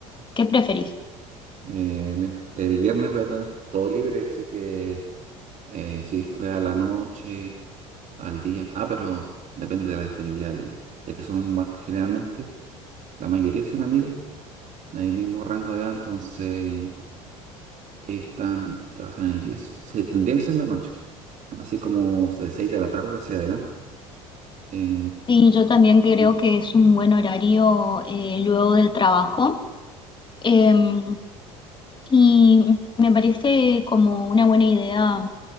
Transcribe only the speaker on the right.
Eh, mira, el viernes voy a tener todo libre, así que Eh, sí, fue a la noche, al día. Ah, pero depende de la disponibilidad de ellos. Ya que son más, generalmente, la mayoría son amigos del mismo rango de edad, entonces ellos están trabajando en el día. Sí, Se, tendría que ser la noche, así como de 6 de la tarde hacia adelante. Eh,
sí,